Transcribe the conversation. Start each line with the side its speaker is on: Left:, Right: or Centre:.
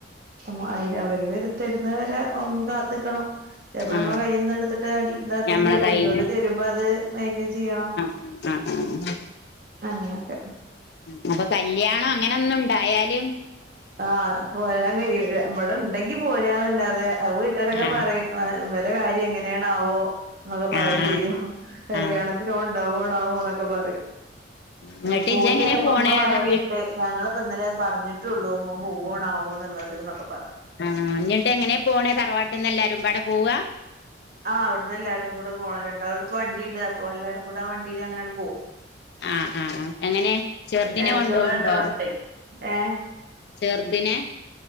Right: നമ്മ അവര് വരു തരുന്നവരെ മ് കാത്ത്ക്കണം ചലപ്പോ നമ്മള
Left: ആ
Right: കയ്യിന്ന് ട്ത്ത്‌ട്ട്‌ അണ്ടി ന്താക്കണ്ടി
Left: ഞമ്മളെ
Right: വരും
Left: കയ്യിന്ന്
Right: പിന്നോര് തരുമ്പോ അത് മെയ്ന്റയിൻ ചെയ്യണം
Left: ആഹ് ആഹ്
Right: അങ്ങനെഒക്കെ
Left: ഉം അപ്പൊ കല്ല്യാണം അങ്ങനെ ഒന്നും ഉണ്ടായാല്
Right: ആഹ് പോരാൻ കഴിയുലഇവടെ ഇണ്ടെങ്കി പോരന്നല്ലാതെ അത് വീട്ടരൊക്കെ
Left: ആ
Right: പറിം ആ ഇവര കാര്യം ഇ ങ്ങന ണാവോ എന്നൊക്കെ പറിം
Left: ആ ആ
Right: ചെയ്യും കല്യാണത്തിൻ
Left: ആ
Right: ഓന് ണ്ടാവോണാവോ എന്നൊക്കെ പറിം
Left: ഇങ്ങട്ട്
Right: ഓൻ പോയി
Left: ഇജ്ജ് എങ്ങനെ
Right: പറഞ്ഞപ്പോ
Left: പോണേ
Right: ഉമ്മ പറയുണ്ട്
Left: അതാ വീ
Right: ഞങ്ങൾപ്പ ഇന്നലേ പറഞ്ട്ടൊള്ളൂ ഓ പോവ്വാണാവോ ന്ന്ള്ളത് ന്ന് ഒക്കെ പറഞ്ഞ്
Left: ആഹ് ന്നിട്ട് എങ്ങനെ പോണേ തറവാട്ട്ന്ന് എല്ലാരും പാടെ പോവ്വ
Right: ആഹ അവിടെന്ന് എല്ലാരും കൂടെ പോണം രണ്ടാള അടുത്ത് വണ്ടി ഉണ്ട് അപ്പോ എല്ലാരും കൂടെ ആ വണ്ടിയിൽ അങ്ങനെട് പോകവും
Left: ആഹ് ആ ആ എങ്ങനെ ചെർദിനേ
Right: ഏടത്തിയോളെ
Left: കൊണ്ടോവ്
Right: രണ്ടാളടുത്തെ
Left: ണ്ടോ
Right: ഏഹ്
Left: ചെർദിനെ